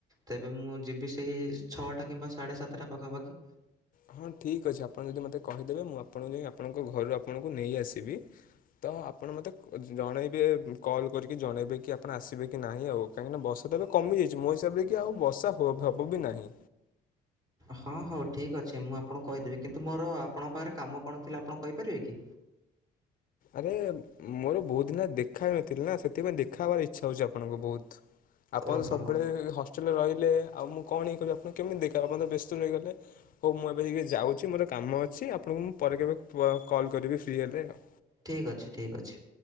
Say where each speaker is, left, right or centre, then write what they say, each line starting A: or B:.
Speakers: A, on the right (about 20°); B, on the left (about 55°).
A: ତେବେ ମୁଁ ଯିବି ସେଇ ଛଅଟା କିମ୍ବା ସାଢ଼େ ସାତଟା ପାଖାପାଖି
B: ହଁ ଠିକ୍ ଅଛି ଆପଣ ଯଦି ମତେ କହିଦେବେ ମୁଁ ଆପଣଙ୍କୁ ଯାଇ ଆପଣଙ୍କ ଘରୁ ଆପଣଙ୍କୁ ନେଇ ଆସିବି ତ ଆପଣ ମତେ ଜଣେଇବେ କଲ୍ କରିକି ଜଣେଇବେ କି ଆପଣ ଆସିବେ କି ନାହିଁ ଆଉ କାହିଁକିନା ବର୍ଷା ତ ଏବେ କମିଯାଇଛି ମୋ ହିସାବରେ କି ଆଉ ବର୍ଷା ହବ ବି ନାହିଁ।
A: ହଁ ହଉ ଠିକ୍ ଅଛି ମୁଁ ଆପଣଙ୍କୁ କହିଦେବି କିନ୍ତୁ ମୋର ଆପଣଙ୍କ ପାଖରେ କାମ କଣ ଥିଲା ଆପଣ କହିପାରିବେ କି?
B: ଆରେ ମୋର ବହୁତ ଦିନ ଦେଖା ହେଇନଥିଲି ନା ସେଥିପାଇଁ ଦେଖା ହବାର ଇଚ୍ଛା ହଉଛି ଆପଣଙ୍କୁ ବହୁତ। ଆପଣ
A: ଓହୋ
B: ସବୁବେଳେ ହଷ୍ଟେଲରେ ରହିଲେ ଆଉ ମୁଁ କଣ ହେଇ କରିବି ଆପଣଙ୍କୁ କେମିତି ଦେଖିକରିଵି ଆପଣତ ବ୍ୟସ୍ତ ରହିଗଲେ ହଉ ମୁଁ ଏବେ ଯଏ ଯାଉଛି ମୋର କାମ ଅଛି ଆପଣଙ୍କୁ ମୁଁ ପରେ କେବେ କଲ କରିବି ଫ୍ରି ହେଲେ ଆଉ।
A: ଠିକ ଅଛି ଠିକ ଅଛି।